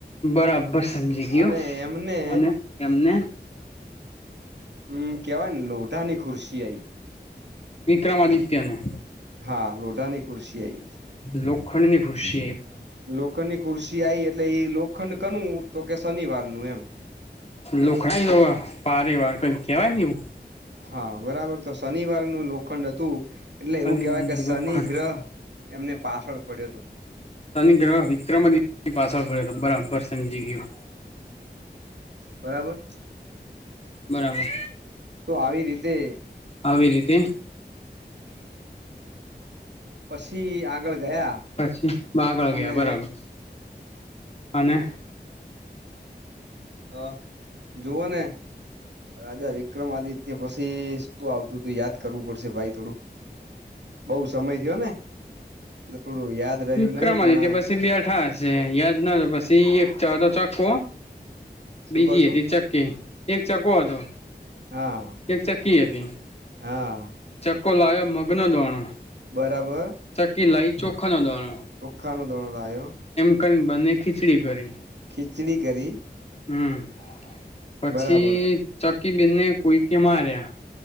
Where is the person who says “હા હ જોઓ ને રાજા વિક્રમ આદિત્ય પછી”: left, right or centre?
Right